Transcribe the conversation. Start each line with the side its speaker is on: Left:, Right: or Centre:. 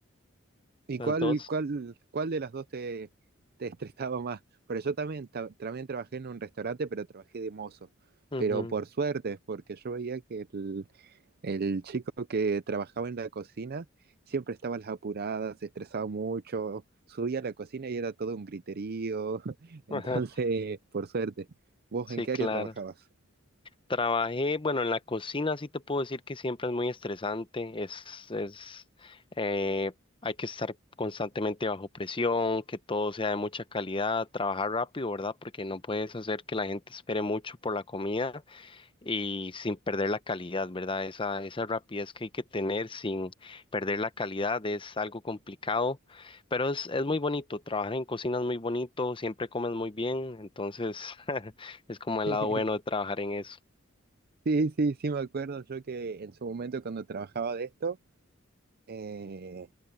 Right: ¿Y
Left: las
Right: cuál,
Left: dos.
Right: cuál, cuál de las dos te, te estresaba más? Pero yo también, ta- también trabajé en un restaurante, pero trabajé de mozo.
Left: Ujú,
Right: Pero por suerte, porque yo veía que el, el chico que trabajaba en la cocina siempre estaba a las apuradas, se estresaba mucho, subía a la cocina y era todo un griterío. <laughs> Entonces,
Left: <laughs> ajá,
Right: por suerte. ¿Vos
Left: Sí,
Right: en qué
Left: claro.
Right: área trabajabas?
Left: Trabajé, bueno, en la cocina sí te puedo decir que siempre es muy estresante. Es, es, eh, hay que estar constantemente bajo presión, que todo sea de mucha calidad, trabajar rápido, ¿verdad? Porque no puedes hacer que la gente espere mucho por la comida y sin perder la calidad, ¿verdad? Esa, esa rapidez que hay que tener sin perder la calidad es algo complicado, pero es, es muy bonito, trabajar en cocina es muy bonito, siempre comes muy bien, entonces <laughs> es como el
Right: <laughs>
Left: lado bueno de trabajar en eso.
Right: Sí, sí, sí, me acuerdo yo que en su momento cuando trabajaba de esto, eh,